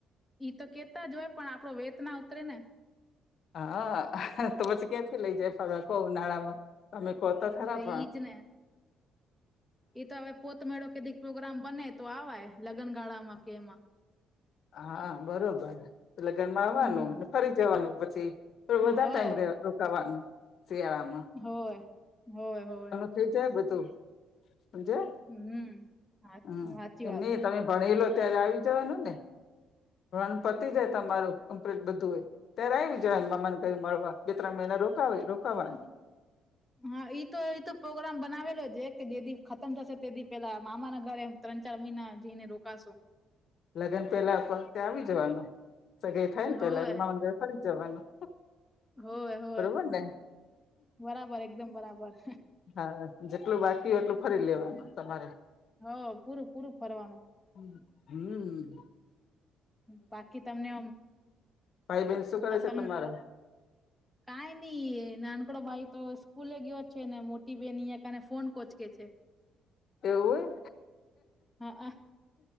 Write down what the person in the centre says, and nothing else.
ઈ તો કેતાજ હોય પણ આપડો વેત ના ઉતરે ને.
તો ઈજ ને એ તો હવે પોતમેળો કેદીક પ્રોગ્રામ બને તો આવાય લગ્નગાળામાં કે એમાં.
હમ
હોવ
હોય હોય હોય
હમ હા
સાચી
વાત
હે
હા ઈ તો તો પ્રોગ્રામ બનાવેલો છે કે જેદી ખતમ થશે તેથી પેલા મામા ના ઘરે એમ ત્રણ ચાર મહિના જઈને રોકાશો.
હોય
હોય હોય
બરાબર એકદમ બરાબર
હ પૂરું પૂરું ફરવાનું.
બાકી તમને
તમ
કઈ નઈ નાનકડો ભાઈ તો સ્કૂલે ગયો છે ને મોટી બેન અં કને ફોન કોચકે છે.
હા અ